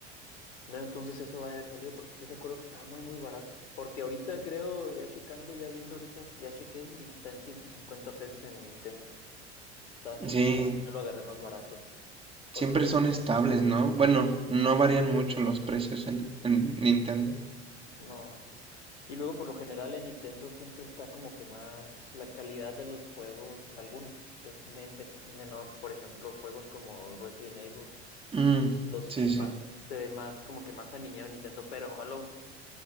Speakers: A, on the left (about 70°); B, on the right (about 15°).
A: No, entonces eso va a haber salido porque sí recuerdo que estaba muy, muy barato. Porque ahorita creo, ya checando, ya viendo ahorita, ya chequé y está en 150 pesos en Nintendo. Está, entonces
B: Sí,
A: yo, yo lo agarré más barato. O
B: siempre
A: sea,
B: son estables, ¿no? Bueno, no varían mucho los precios en, en Nintendo.
A: no. Y luego por lo general en Nintendo siempre está como que más la calidad de los juegos, algunos, es, men- es menor. Por ejemplo, juegos como Resident Evil,
B: Mm,
A: los
B: sí,
A: FIFA,
B: sí,
A: se ve más como que más aniñado Nintendo, pero Hollow